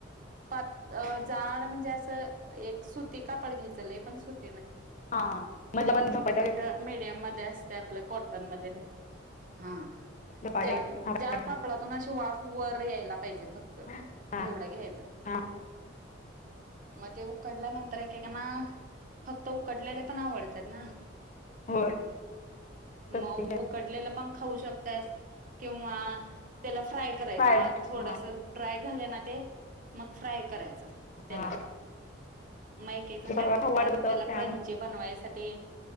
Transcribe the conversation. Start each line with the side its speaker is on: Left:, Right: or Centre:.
Right: पात अ जाड म्हणजे अस एक सुती कापड घेयच लय पण सुत
Left: हा म्हणलं पण <unintelligible>
Right: हूं त मीडियम मध्ये असतयं आपलं कॉटनमध्ये ते हा
Left: झपाटे
Right: ज्यात
Left: थापायचे
Right: ज्या कापडातून अशी वाफ वर यायला पाहिजे फक्त
Left: हा हा
Right: एवढं घ्यायचं
Left: हा
Right: म ते ऊकडल्या नंतर एकेकांना फक्त उकडलेले पण आवडत्यात ना
Left: होय स्टफिंग
Right: म उकडलेलं पण खाऊ शकत्यास किंवा त्याला फ्राय करायचं
Left: काय
Right: म अत थोडस
Left: हा
Right: ड्राय झालं ना ते मग फ्राय करायचं त्याला
Left: हा
Right: म एक एकजण
Left: ते
Right: काय
Left: परवा
Right: करतात
Left: खाऊ वाटत होत
Right: त्याला
Left: त्या
Right: क्रंची बनवायसाठी